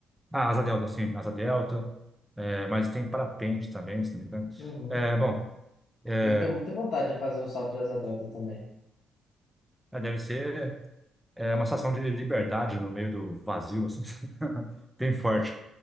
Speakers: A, in the centre; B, on the left.
A: a Asa Delta, sim, Asa Delta. É, mas tem parapente também, se não me engano.
B: Uhum.
A: É, bom, É,
B: Eu tenho muita vontade de fazer um salto de asa delta também.
A: é, deve ser é, uma sensação de liberdade no meio do vazio, assim, <laughs> bem forte.